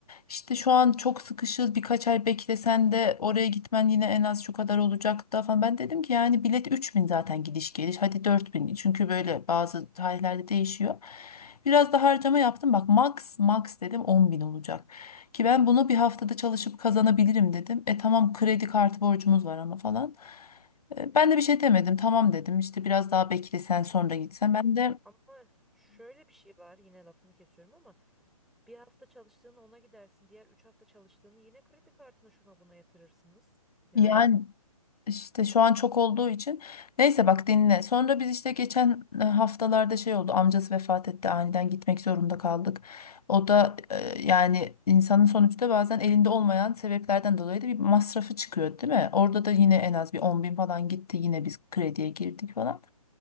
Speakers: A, on the left; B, in the centre.
A: İşte şu an çok sıkışız birkaç ay beklesen de oraya gitmen yine en az şu kadar olacak da falan ben dedim ki yani bilet 3000 zaten gidiş geliş hadi dört bin. çünkü böyle bazı tarihlerde değişiyor. Biraz da harcama yaptım bak max max dedim 10.000 olacak. Ki ben bunu bir haftada çalışıp kazanabilirim dedim. E tamam kredi kartı borcumuz var ama falan. E, ben de bir şey demedim. Tamam dedim. İşte biraz daha bekle sen sonra gitsen. Ben de
B: Ama şöyle bir şey var yine lafını kesiyorum ama bir hafta çalıştığını ona gidersin diğer 3 hafta çalıştığını yine kredi kartına şuna buna yatırırsınız. Yani
A: yani İşte şu an çok olduğu için. Neyse bak dinle. Sonra biz işte geçen e, haftalarda şey oldu. Amcası vefat etti. Aniden gitmek zorunda kaldık. O da e, yani insanın sonuçta bazen elinde olmayan sebeplerden dolayı da bir masrafı çıkıyor, değil mi? Orada da yine en az bir on bin falan gitti. Yine biz krediye girdik falan.